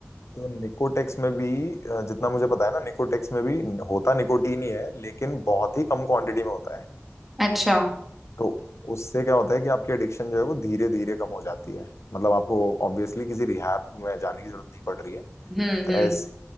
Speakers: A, on the left; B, in the centre.
A: तो निकोटेक्स में भी अ, जितना मुझे पता है ना निकोटेक्स में भी होता निकोटीन ही है लेकिन बहुत ही कम क्वांटिटी में होता है
B: अच्छा
A: तो उससे क्या होता है कि आपकी एडिक्शन जो है वो धीरे धीरे कम हो जाती है मतलब आपको ऑब्वियसली किसी रिहैब में जाने की जरूरत नहीं पड़ रही है
B: हम्म हम्म
A: ऐसे